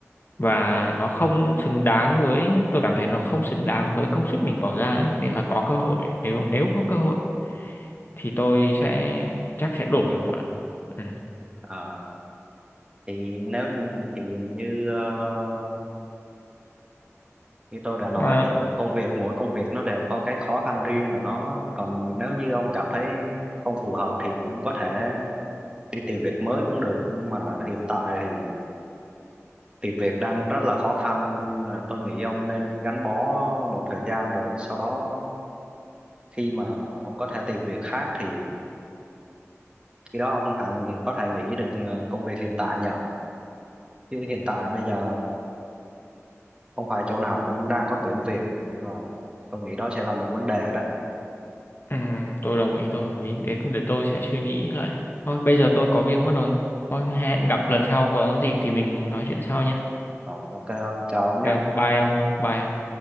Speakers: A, on the left; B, on the right.
A: và nó không xứng đáng với tôi cảm thấy nó không xứng đáng với công sức mình bỏ ra ấy. Nên là có cơ hội nếu nếu có cơ hội thì tôi sẽ chắc sẽ đổi không ạ ừ.
B: Ờ, thì nếu như- thì như ờ, như tôi đã nói
A: Mà,
B: thì công việc mỗi công việc nó đều có cái khó khăn riêng của nó còn nếu như ông cảm thấy không phù hợp thì ông có thể đi tìm việc mới cũng được nhưng mà hiện tại thì tìm việc đang rất là khó khăn nhưng mà tôi nghĩ ông nên gắn bó một thời gian rồi sau đó khi mà ông có thể tìm việc khác thì khi đó ông hẳn thì có thể nghỉ được ờ, công việc hiện tại nhờ chứ hiện tại bây giờ không phải chỗ nào cũng đang có tuyển việc nên là tôi nghĩ đó sẽ là một vấn đề đó
A: ừ, tôi đồng ý tôi đồng ý để để tôi sẽ suy nghĩ lại thôi bây giờ tôi có việc mất rồi thôi hẹn gặp lần sau có dịp thì mình nói chuyện sau nhé
B: Ờ, ok ông, chào ông nhé
A: được không bye ông bye ông